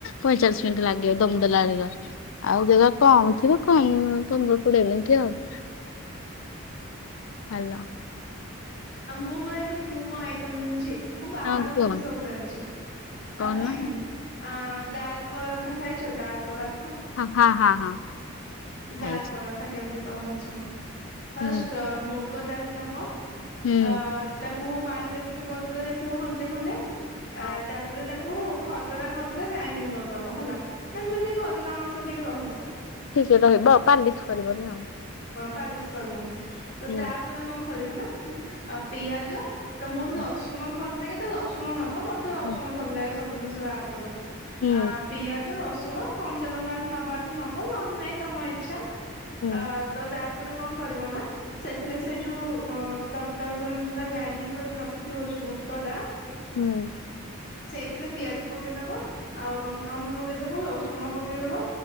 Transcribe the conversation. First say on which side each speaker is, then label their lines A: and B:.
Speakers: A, on the left (about 70°); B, on the left (about 45°).
A: ପଇଁଚାଳିଶ ମିନିଟ୍ ଲାଗିବ ଦମଦଲା ଆଳିକା ଆଉ ଯଦି କମ ଥିବ କମ ପନ୍ଦର କୋଡିଏ ମିନିଟି ଆଉ। <inaudible>
B: <inaudible>
A: ହାଲୋ।
B: ଆଉ ମୁଁ କହିବି ମୁଁ କଣ ଆଇଟମ୍ ଜଣିଛି। ମୁଁ ବାହାର
A: ହଁ କୁହ
B: ଜିନିଷ ସବୁ ଜାଣିଛି
A: କହୁନ
B: ଆ ଢାଲ୍ ପରଟା ଖାଇଛ ଢାଲ୍ ପରଟା?
A: ହଁ ହଁ ହଁ।
B: ଢାଲ୍
A: ଖାଇଛି
B: ପରଟା କେମିତି କରନ୍ତି ଶୁଣ। ଫାଷ୍ଟ
A: ହୁଁ
B: ମୁଗ ଡ଼ାଲି ନବ
A: ହୁଁ
B: ଆ ତାକୁ ପାଣିରେ ଟିକେ ବତୁରେଇ ଦେଇଥିବ ଖଟେ ଖଣ୍ଡେ
A: ହଁ
B: ଆ ତାପରେ ତାକୁ ଖଦଡା ଖଦଡା ଗ୍ରାଇଣ୍ଡିଙ୍ଗ କରିଦବ ହେଲା ନାଇ ଯେମତି ଖଦଡା ଅଂଶ ଟିକେ ରହିବ।
A: ଠିକେ ରହିବ ଆଉ ପାଲିଶ୍ କରିବନି ଆଉ।
B: ପାଲିଶ୍ କରିବନି ତ
A: ହୁଁ
B: ତାପରେ କଣ କରିବ ନା। ଆ ପିଆଜ ତ ମୋତେ
A: ହୁଁ
B: ରସୁଣ ଭଲ ଲାଗେ ତ ରସୁଣ ନବ ମତେ ରସୁଣ
A: ହୁଁ
B: ଭଲ ଲାଗେ। ସବୁ ଜିନିଷରେ ଆଡ଼ କଲେ
A: ହୁଁ
B: ଆ ପିଆଜ ର ଶୁଣ କଞ୍ଚାଲଙ୍କା ନବା କଥା ନବ ନହେଲେ ନାଇଁ। ତମ ଇଚ୍ଛା
A: ହୁଁ
B: ଅ ତ ତାପରେ କଣ କରିବ ନା। ସେଥିରେ ସେ ଯୋଉ ଉଁ ତା-ତାକୁ ତମ ଯୋଉଟ ଗ୍ରାଇଣ୍ଡିଙ୍ଗ କରିକି ରଖିଥିବ ଯୋଉ ବୁଟଟା
A: ହୁଁ।
B: ସେଇଥିରେ ପିଆଜ ପକେଇଦବା ଆଉ ଲଙ୍କାଗୁଣ୍ଡ ପକେଇଦବ ରସୁଣ ପକେଇଦବ।